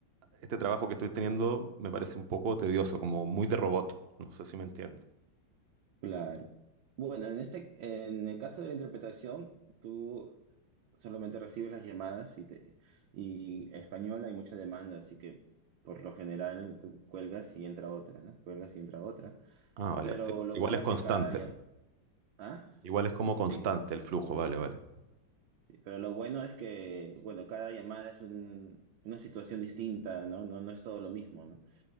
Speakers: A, on the right (about 50°); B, on the right (about 85°).
A: Este trabajo que estoy teniendo me parece un poco tedioso, como muy de robot. No sé si me entiende.
B: claro. Bueno, en este, en el caso de la interpretación, tú solamente recibes las llamadas y, te, y español hay mucha demanda, así que por lo general tú cuelgas y entra otra, ¿no? Cuelgas y entra otra.
A: Ah, vale.
B: Pero
A: Eh,
B: lo
A: Igual
B: bueno
A: es constante.
B: es que cada... llam- Ah,
A: Igual
B: sí.
A: es como constante
B: sí.
A: el flujo, vale, vale.
B: Sí, pero lo bueno es que, bueno, cada llamada es un- una situación distinta, ¿no? No, no es todo lo mismo, ¿no?